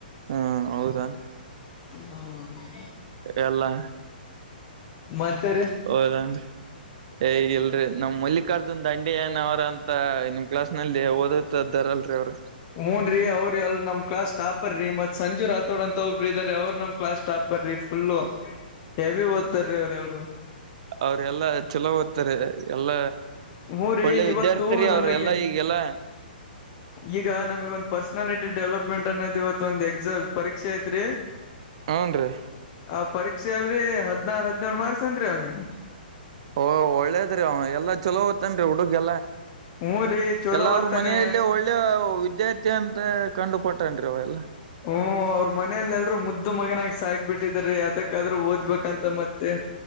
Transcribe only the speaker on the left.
ಹ್ಮ <inaudible>
ಮತ್ತೆ, ರಿ
ಹ್ನೂ ರೀ ಅವ್ರರು ಎ ನಮ್ ಕ್ಲಾಸ್ ಟಾಪರ್ ರೀ ಮತ್ ಸಂಜು ರಾಥೋಡ್ ಅಂತ ಒಬ್ರು ಇದಾರೆ ಅವರು ನಮ್ class topper. Topper full heavy ಓದ್ತಾರೀ ಅವ್ರ ಎಲ್ರು-
ಹೂ ರೀ
ಇವತ್ತು
ನಮಗೆ
ಈಗ ನಮಗ್ ಒಂದ್ ಪರ್ಸನಾಲಿಟಿ ಡೆವಲಪ್ಮೆಂಟ್ ಅನ್ನೋದ್ ಇವತ್ ಒಂದ್ ಎಕ್ಸಾಮ್ ಪರೀಕ್ಷೆ ಇತ್ರಿ ಹ್ಮ <inaudible>
ಆ ಪರೀಕ್ಷೆ ಅಲ್ರಿ ಹದ್ನಾರು ಹದ್ನೇಳು ಮಾರ್ಕ್ಸ್ ಅಂನರಿ ಅವ್ನಿಗೆ
ಹೂ ರೀ ಚೊಲೋ
ಓದ್ತಾನೆ
ಹ್ಮ್, ಅವ್ರ ಮನೆಯಲ್ಲಿ ಎಲ್ರೂ ಮುದ್ದು ಮಗನಾಗ ಸಾಕ್ಬಿಟ್ಟಿದಿದ್ದಾರೆ ಅದಕ್ಕಾದ್ರೂ ಓದ್ಬೇಕಂತ ಮತ್ತೆ